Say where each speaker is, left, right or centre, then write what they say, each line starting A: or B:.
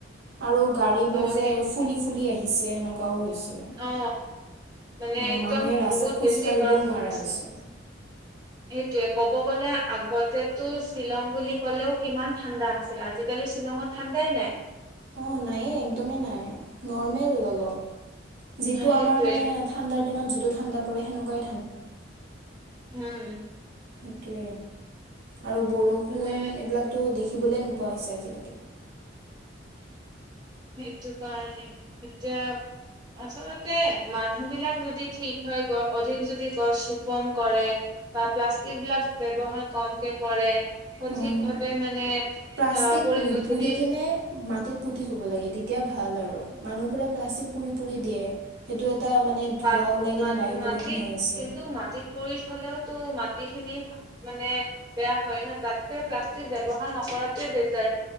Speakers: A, on the right (about 65°); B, on the right (about 25°).
A: আৰু গাড়ীবোৰ
B: ত'
A: যে
B: সেই
A: ফুলি ফুলি আহিছে এনেকুৱাও হৈছে।
B: অ মানে
A: অ
B: একদম
A: মানুহে ৰাস্তাত
B: বহুত
A: খোজকাঢ়িবও
B: বেছি গৰম
A: নোৱাৰা
B: হৈ গৈছে।
A: হৈছে
B: সেইটোৱে, ক'ব গ'লে আগতেটো শ্বিলং বুলি ক'লেও কিমান ঠাণ্ডা আছিল। আজিকালি শ্বিলঙত ঠাণ্ডা ই নাই
A: অ নাইে একদমেই নাই নৰ্মেল হৈ যাব। যিটো
B: সেইটোৱে
A: আমাৰ মানে ঠাণ্ডাৰ দিনত যিটো ঠাণ্ডা পৰে। সেনেকুৱা
B: উম',
A: সেইটোৱে আৰু বৰষুণ
B: মানে
A: এইবিলাকটো দেখি শিকিবলৈ নোপোৱা হৈছে আজিকালি।
B: সেইটো কাৰণেই এতিয়া, আচলতে, মানুহ বিলাক যদি ঠিক হয় গৈ অধিক যদি গছ ৰোপন কৰে। বা প্লাষ্টিক বিলাক ব্যৱহাৰ কমকে কৰে। সঠিক
A: অ',
B: ভাৱে মানে
A: প্লাষ্টিক
B: আহ পৰি
A: পুৰি
B: যদি
A: কিনে মাটিত পুতি থব লাগে। এতিয়া ভাল আৰু মানুহবোৰে প্লাষ্টিক পুৰি পুৰি দিয়ে। সেইটো এটা মানে
B: পাত
A: ধোঁৱা ওলাই কিনে
B: মাটি
A: বায়ু
B: মাটিত
A: প্ৰদূষণ হৈ আছে
B: কিন্তু মাটিত পুৰি থলেও তো মাট খিনি মানে বেয়া হয় ন তাতকে প্লাষ্টিক ব্যৱহাৰ নকৰাটোৱে বেটাৰ।